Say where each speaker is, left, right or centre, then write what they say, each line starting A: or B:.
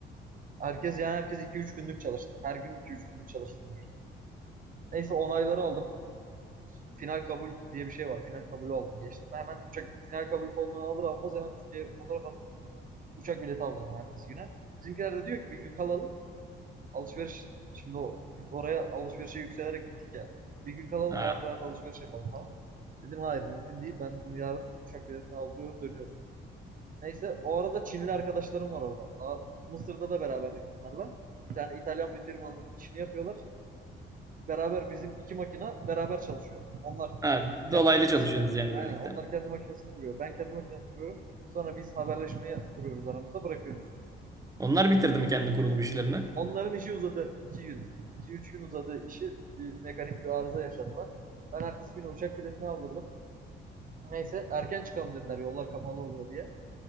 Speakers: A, on the right; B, on the right.
A: Herkes yani herkes 2-3 günlük çalıştı. Her gün 2-3 günlük çalıştım. Neyse onayları aldım. Final kabul diye bir şey var. Final kabulü aldım. Geçtim. Hemen uçak final kabul formunu alır almaz hemen Türkiye'ye fotoğraf attım. Uçak bileti aldırdım ertesi güne. Bizimkiler de diyor ki bir gün kalalım. Alışveriş şimdi o, oraya alışverişe yükselerek gittik ya. Bir gün kalalım
B: Ha.
A: rahat rahat alışveriş yapalım falan. Dedim hayır mümkün değil. Ben dedim yarın uçak biletini aldırıyorum dönüyoruz. Neyse o arada Çinli arkadaşlarım var orada. Daha Mısır'da da beraberdik bunlarla. Bir tane İtalyan bir firmanın işini yapıyorlar. Beraber bizim iki makina beraber çalışıyor. Onlar
B: Ha,
A: kendi
B: dolaylı
A: makinesini
B: çalışıyorsunuz yani
A: aynen
B: birlikte.
A: onlar kendi makinesini kuruyor. Ben kendi makinemi kuruyorum. Sonra biz haberleşmeyi kuruyoruz aramızda bırakıyoruz.
B: Onlar bitirdi mi kendi kurulum işlerini?
A: Onların işi uzadı. iki gün. iki üç gün uzadı işi. Bir mekanik bir arıza yaşadılar. Ben ertesi günü uçak biletini aldırdım. Neyse erken çıkalım dediler yollar kapalı oluyor diye.